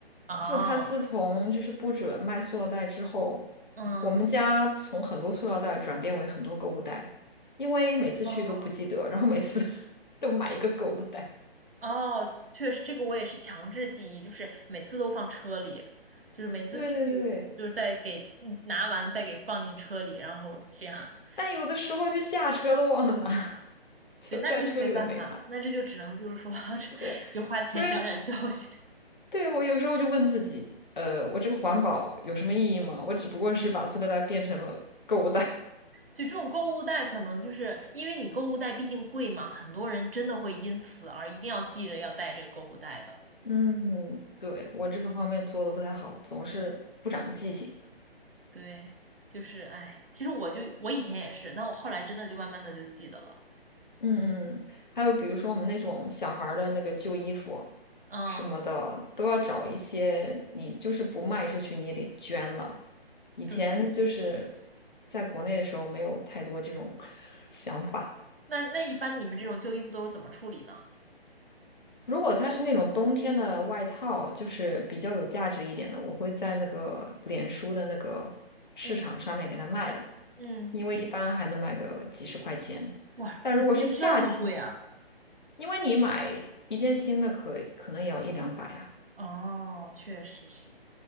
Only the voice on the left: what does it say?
就它自从就是不准卖塑料袋之后，
我们家从很多塑料袋转变为很多购物袋，因为每次去都不记得，
然后每次 <laughs> 都买一个购物袋。
对对对。
但有的时候就下车都忘了拿，<laughs> 就在车里都没拿。
过。
所以，对，我有时候就问自己，呃，我这个环保有什么意义吗？我只不过是把塑料袋变成了购物袋。<laughs>
嗯，对，我这个方面做的不太好，总是不长记性。
嗯嗯，还有比如说我们那种小孩儿的那个旧衣服
什么的，都要找一些你就是不卖出去，你也得捐了。以前就是
在国内的时候，没有太多这种 <laughs> 想法。
如果它是那种冬天的外套，就是比较有价值一点的，我会在那个脸书的那个市场上面给它卖了，
因为一般还能卖个几十块钱。
但如果是夏天，
因为你买一件新的可可能也要一两百啊，